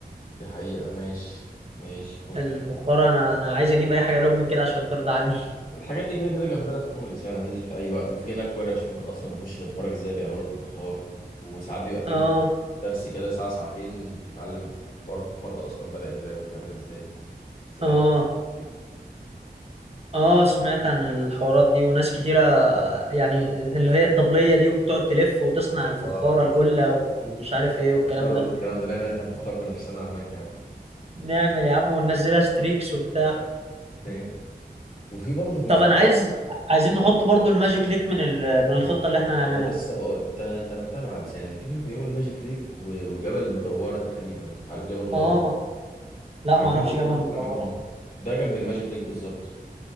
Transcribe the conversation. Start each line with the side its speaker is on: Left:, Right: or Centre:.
Left: دي حقيقة ماشي ماشي فل
Right: الفخار انا انا عايز اجيب اي حاجه لهم من كده عشان ترضى عني
Left: الحاجات دي كده كده جنبنا في تونس يعني هننزل في اي وقت وفي هناك ورش ممكن اصلا نخش نتفرج ازاي بيعملوا الفخار وساعات بيبقى في
Right: اه
Left: دروس درس كده ساعة ساعتين تتعلم الفخار حوار الفخار ده اصلا بدأ ازاي وبيتعمل ازاي سمعت
Right: اه
Left: عن دي؟
Right: اه سمعت عن الحوارات دي وناس كتيره يعني اللي هي الطبليه دي وبتقعد تلف وتصنع الفخاره
Left: اه
Right: القله ومش عارف ايه والكلام
Left: جرب
Right: ده
Left: الكلام ده نعمل احنا الفخار بنفسنا هناك يا عم
Right: نعمل يا عم وننزلها ستريكس وبتاع
Left: <laughs> وفي برضه في الفيوم
Right: طب انا عايز عايزين نحط برضو الماجيك ليك من ال... من الخطه اللي احنا هنعملها
Left: انا لسه بقول انت انت اخدتها من على لساني اللي في في الفيوم الماجيك ليك و- وجبل المدورة تقريبا عارف جبل المدورة
Right: اه لا
Left: عايزين
Right: ما اعرفش
Left: برضه
Right: جبل
Left: نروح
Right: مدورة
Left: الاماكن دي ده جنب الماجيك ليك بالظبط